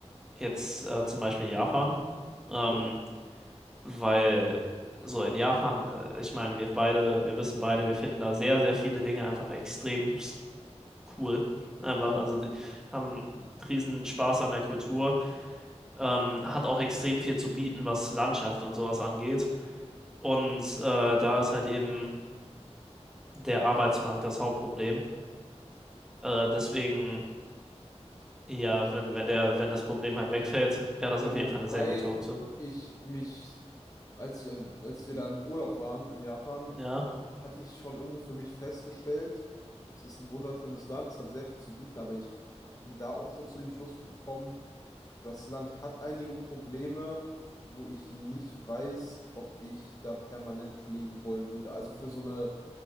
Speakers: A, in the centre; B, on the left (about 30°).
A: jetzt äh, zum Beispiel Japan, ähm,
B: ja,
A: weil so in Japan, äh, ich meine, wir beide, wir wissen beide, wir finden da sehr, sehr viele Dinge einfach extrem cool. Einfach,
B: ja.
A: also die haben riesen Spaß an der Kultur. Ähm, hat auch extrem viel zu bieten, was Landschaft und sowas angeht. Und äh, da ist halt eben der Arbeitsmarkt das Hauptproblem. Äh, deswegen, ja, wenn, wenn der, wenn das Problem halt wegfällt, wäre das
B: Ja,
A: auf
B: wobei
A: jeden Fall eine sehr gute Option.
B: ich mich, als ich, also als wir da im Urlaub waren in Japan,
A: Ja,
B: hatte ich schon irgendwo für mich festgestellt, es ist ein wunderschönes Land, es hat sehr viel zu bieten, aber ich bin da auch schon zu dem Schluss gekommen, das Land hat einige Probleme, wo ich nicht weiß, ob ich da permanent leben wollen würde. Also für so eine,